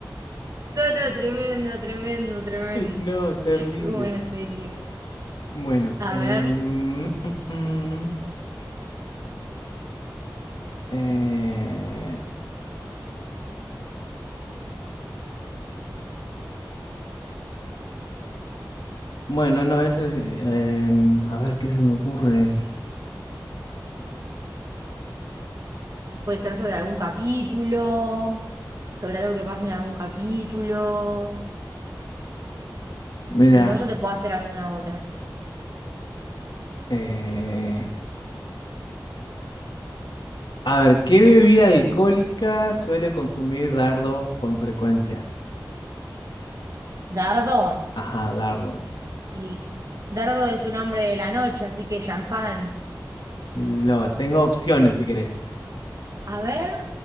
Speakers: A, on the right; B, on the left.
A: No, no, tremendo, tremendo, tremendo.
B: No, terrible.
A: Qué buena serie.
B: Bueno,
A: A
B: eh,
A: ver,
B: mm, mm, mm, eh, bueno, no, este, eh, a ver qué se me ocurre.
A: puede ser sobre algún capítulo, sobre algo que pasa en algún capítulo.
B: Mira,
A: Si no, yo te puedo hacer alguna otra.
B: eh, a ver, ¿qué bebida alcohólica suele consumir Dardo con frecuencia?
A: Dardo.
B: Ajá, dardo.
A: Y Dardo es un hombre de la noche, así que champán.
B: Lo tengo opciones si querés.
A: A ver,